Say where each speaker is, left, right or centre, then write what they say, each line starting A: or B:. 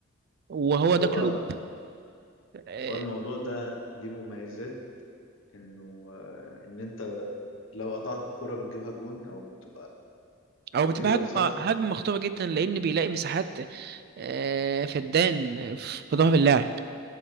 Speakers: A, on the right; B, on the left.
A: وهو
B: هو
A: ده كلوب آه،
B: هو الموضوع ده ليه مميزات انه آه، ان انت لو قطعت الكرة بتجيبها جون او بت-
A: او
B: خطيرة
A: بتبقى
B: لصالحك
A: هجمه هجمه مخطوره جدا لان بيلاقي مساحات آه، فدان في ظهر اللاعب